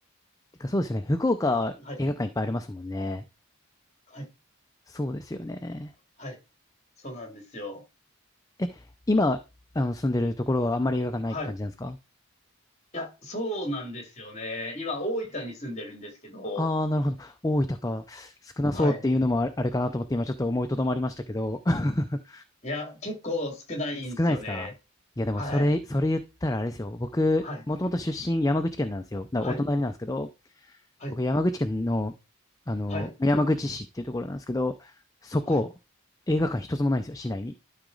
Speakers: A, on the left; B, on the left.
A: てかそうですよね。福岡映画館いっぱいありますもんね。
B: はい。はい
A: そうですよね。
B: はい。そうなんですよ。
A: え、今、あの、住んでるところはあんまり映画館ないって感じなんですか
B: はい。いや、そうなんですよね。今、大分に住んでるんですけど、
A: ああー、なるほど。大分か。少なそうっていうのもああれかなと思って今ちょっと思いとどまりましたけど。
B: はい。
A: <laughs>
B: いや、結構少ないんですよね。
A: 少ないですかいやでもそれ、
B: はい。
A: それ言ったらあれですよ。僕、
B: はい。
A: もともと出身山口県なんですよ。だからお隣なんですけど、
B: はい。はい。
A: 僕、山口県の、あの、
B: はい。
A: 山口市っていうところなんですけど、そこ、
B: はい。
A: 映画館一つもないんですよ、市内に。